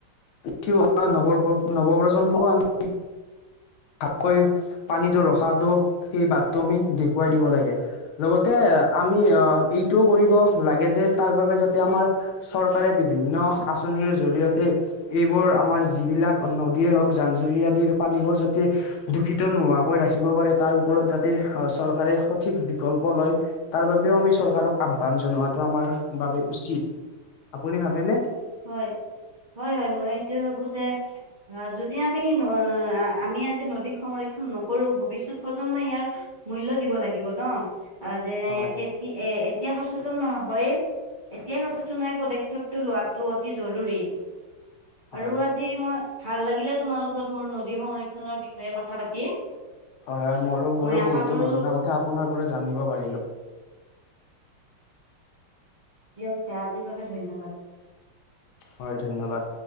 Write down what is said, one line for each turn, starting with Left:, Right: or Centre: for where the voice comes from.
Left: উঠি অহা নৱ নৱপ্ৰজন্মকো আমি ভালকৈ পানীটো ৰ ৰখাটো সেই বাটটো আমি দেখুৱাই দিব লাগে লগতে আমি অ এইটোও কৰিব লাগে যে তাৰ বাবে যাতে আমাৰ চৰকাৰে বিভিন্ন আঁচনিৰ জৰিয়তে এইবোৰ আমাৰ যিবিলাক নদীয়ে হওঁক জান-জুৰি আদিৰ পানীবোৰ যাতে দূষিত নোহোৱাকৈ ৰাখি ৰাখিব পাৰে তাৰ ওপৰত যাতে চৰকাৰে সঠিক বিকল্প লয় তাৰ বাবেও আমি চৰকাৰক আহ্বান জনোৱাটো আমাৰ বাবে উচিত। আপুনি ভাবেনে?
Right: হয় হয় হয় মই এইটোয়ে ভাবো যে অ যদি আমি আমি আজি নদীক সংৰক্ষণ নকৰোঁ ভৱিষ্যত প্ৰজন্মই ইয়াৰ মূল্য দিব লাগিব ন যেনে
Left: হয়,
Right: তেতি এ এতিয়া সচেতন নহয়ে এতিয়াই সচেতন হয় পদক্ষেপটো লোৱা টো অতি জৰুৰী
Left: হয়,
Right: আৰু আজি মই ভাল লাগিলে তোমাৰ লগত মোৰ নদী সংৰক্ষণৰ বিষয়ে কথা পাতি।
Left: হয় হয় মোৰো
Right: মই
Left: মোৰো
Right: আশা
Left: বহুতো
Right: কৰো
Left: নজনা কথা আপোনাৰ পৰা জানিব পাৰিলো
Right: দিয়ক দে আজিৰ বাবে ধন্যবাদ।
Left: হয় ধন্যবাদ।